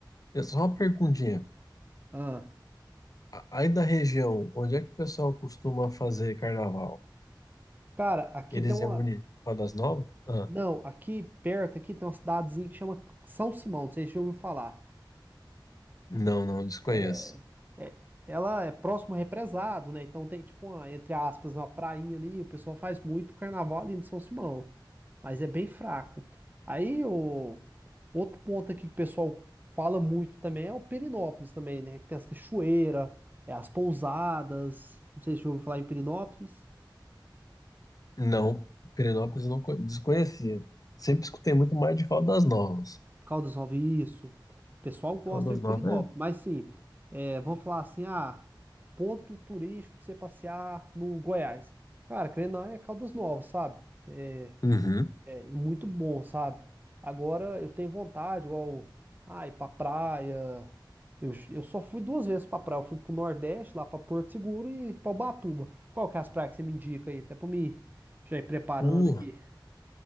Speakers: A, on the left; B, on the right.
A: É só uma perguntinha.
B: Ah,
A: A- Aí da região, onde é que o pessoal costuma fazer carnaval?
B: cara, aqui
A: Eles
B: tem uma,
A: reúnem Caldas Novas? Ah,
B: não, aqui perto aqui tem uma cidadezinha que chama São Simão, não sei se você já ouviu falar.
A: Não, não, desconheço.
B: É, é- ela é próximo ao represado, né? Então tem tipo uma, entre aspas, uma prainha ali, o pessoal faz muito carnaval ali no São Simão, mas é bem fraco. Aí o outro ponto aqui que o pessoal fala muito também é o Perinópolis também, né? Que tem as cachoeiras, é, as pousadas, não sei se você já ouviu falar em Perinópolis.
A: Não, Pirenópolis eu não co- desconhecia. Sempre escutei muito mais de Caldas Novas.
B: Caldas Novas, isso. O pessoal gosta
A: Caldas
B: de
A: Novas
B: Pirinópolis, mas sim, é, vamos falar assim, ah, ponto turístico pra você passear no Goiás. Cara, querendo ou não, é Caldas Novas, sabe? É,
A: é. Uhum.
B: é muito bom, sabe? Agora eu tenho vontade, igual, ah, ir pra praia. Eu, eu só fui duas vezes pra praia. Eu fui pro Nordeste, lá pra Porto Seguro e pra Ubatuba. Qual que é as praias que você me indica aí? Até pra mim já ir preparando
A: Uh,
B: aqui.